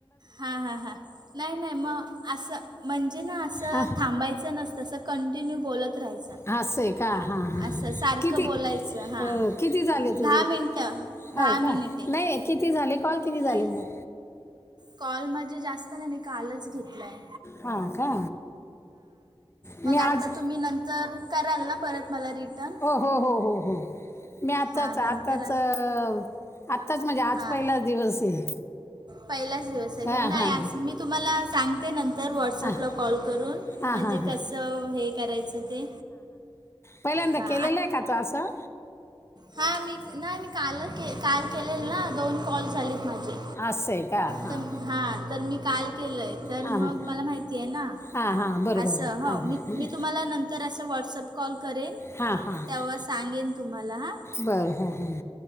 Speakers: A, on the right; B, on the left.
A: हां हां हां नाही नाही मग असं म्हणजे ना असं
B: हां
A: थांबायचं नसतंसं. कंटिन्यू बोलत. राहायचं
B: हास का हा हा
A: असं
B: हा
A: सारखं
B: किती
A: बोलायचं
B: अ
A: हां
B: किती झाले तुझे.
A: दहा मिनटं दहा
B: हो
A: मिनिटे
B: का नाही किती झाले कॉल किती झाले
A: नाही
B: मग.
A: कॉल माझे जास्त नाही मी कालच घेतलाय.
B: हा का.
A: मग
B: मी आज
A: आता तुम्ही नंतर कराल ना परत मला रिटर्न.
B: हो हो हो हो हो मी आत्ताच
A: हां
B: आत्ताच
A: नंतर
B: आत्ताच म्हणजे आज
A: हां
B: पहिला दिवस आहे.
A: पहिलाच दिवस आहे
B: हां
A: नाही
B: हां
A: आ मी तुम्हाला सांगते नंतर तर व्हॉट्सअपला
B: हां
A: कॉल करून
B: हां
A: म्हणजे
B: हां
A: कसं
B: हां
A: हे करायचं ते.
B: पहिले तर
A: हां
B: केलेलं का तो असं
A: हा मी नाही मी काल के काल केलेल ना दोन कॉल झालेत माझे
B: अस अस आहे का हां.
A: तर हां तर मी काल केलं आहे तर
B: हां
A: मग
B: हां
A: मला माहिती आहे ना.
B: हां हां बरोबर
A: असं
B: बरं
A: हो
B: बरं,
A: मी
B: बरं.
A: मी तुम्हाला नंतर असं व्हॉट्सअप कॉल करेन.
B: हां हां हां हां
A: तेव्हा सांगेन तुम्हाला हा
B: बरं हां हां